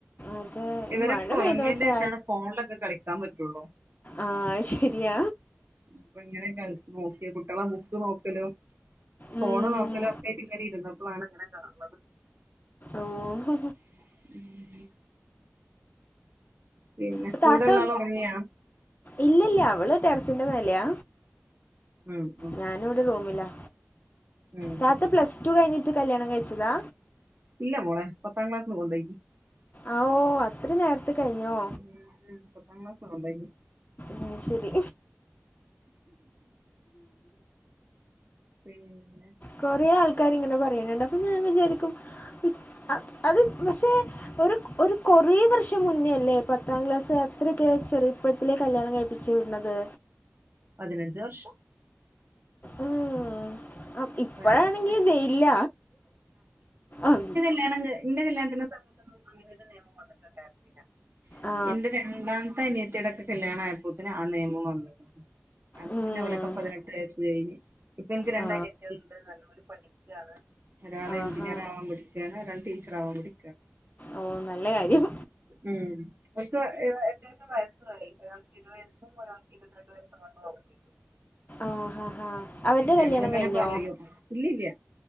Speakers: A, on the left (about 40°); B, on the right (about 55°).
A: അത്
B: ഇവരൊക്കെ
A: മഴ പെയ്തോട്ടെ
B: ഒർങ്ങേൻ്റേഷാണ് ഫോൺലൊക്കെ കളിക്കാൻ പറ്റൊള്ളൂ
A: ആഹ് ശ രിയ
B: ഇപ്പ ഇങ്ങനെ ക നോക്കിയ കുട്ട്യളെ ബുക്ക് നോക്കലും ഫോണ്
A: ഉം.
B: നോക്കലോ ഒക്കെയ്റ്റ് ഇങ്ങനെ ഇരുന്നപ്പളാണ് ഇങ്ങനെ ക
A: ഓഹ്
B: ഉം പിന്നെ
A: പ്പ താത്ത
B: കൂടെള്ള ആള് ഉറങ്ങിയാ
A: ഇല്ലല്ല അവള് ടെറസിന്റെ മേലെയാ
B: ഉം ഉം
A: ഞാനവ്ടെ റൂമിലാ
B: ഉം
A: താത്ത
B: ഉം
A: പ്ലസ് ടു കഴിഞ്ഞി ട്ട് കല്യാണം കഴിച്ചതാ
B: ഇല്ല മോളെ പത്താംക്ലാസ്സിന്ന് കൊണ്ടേയ്ക്ക്
A: ആ ഓ അത്ര നേരത്തെ കഴിഞ്ഞോ
B: ഉം പത്താംക്ലാസ്ന്ന് ഒണ്ടായ്നി
A: ഉം ശെരി
B: പിന്നെ
A: കൊറേ ആൾക്കാര്ങ്ങനെ പറയ്ണണ്ട് അപ്പൊ ഞാൻ വിചാര്ക്കും ഉം ആഹ് അത് പക്ഷേ ഒര് ഒരു കൊറേ വർഷം മുന്നേയല്ലേ പത്താം ക്ലാസ് അത്രക്കെ ചെറിപ്പ പ്പത്ത്ലെ കല്യാണം കഴിപ്പിച്ച് വിട്ണത്
B: പതിനഞ്ച് വർഷം
A: ഉം ആഹ് ആം ഇപ്പഴാണെങ്കി
B: പതിനഞ്ച് വർഷായി
A: ജയ്യ്‌ല്ല ആം
B: ല്യാണങ്ക് ന്റെകല്യാണ്ത്ത്ന്റെ സമയത്തൊന്നും അങ്ങനൊരു നിയമം വന്നിട്ടുണ്ടായ്രിനന്ന്ല്ല
A: ആ.
B: ന്റെ രണ്ടാമത്ത് ന്റെ അനിയത്തിടെക്കെ കല്ല്യാണായപ്പോത്തിന് ആ നെയമം വന്ന്ക്ക്ണ് അപ്പൊ
A: ഉം.
B: പിന്നെ ഓലൊക്കെ പതിനെട്ട് വയസ്സ്കയ്ഞ്ഞ് ഇപ്പൻക്ക് രണ്ട്
A: ആ.
B: അനിയ ത്തിൾണ്ട് നല്ല പഠിക്കാണ് ഒരാള്
A: ആഹാ.
B: എഞ്ചിനീയർ ആവാൻ പഠിക്കാണ് ഒരാൾ ടീച്ചർ ആവാൻ പഠി
A: ഓഹ് നല്ലകാര്യം
B: ഉം ഒൽക്ക് എഹ് എത്രമത്തെ വയസ്സായ് ഒരാക്ക് ഇരുവയസ്സും ഒരാക്ക് ഇരത്രണ്ട് വയസ്സും എങ്ങാണ്ടോ ആവുന്നുണ്ട്
A: ആഹ് ഹഹ അവര്ടെ കല്യാണംകഴിഞ്ഞോ
B: ഞങ്ങളിങ്ങനെ പറയും ഇല്ലില്ല